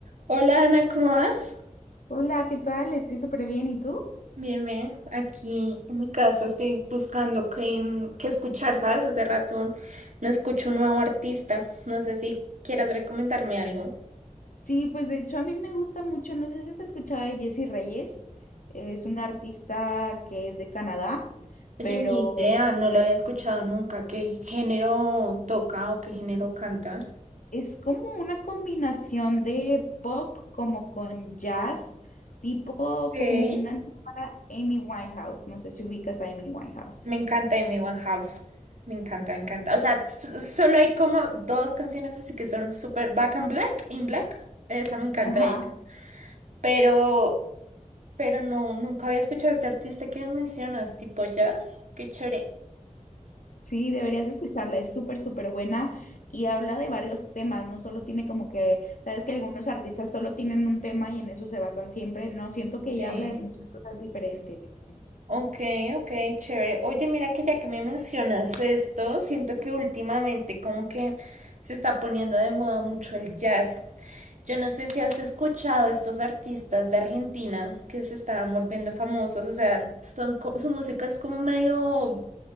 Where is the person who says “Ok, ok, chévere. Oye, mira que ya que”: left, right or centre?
Right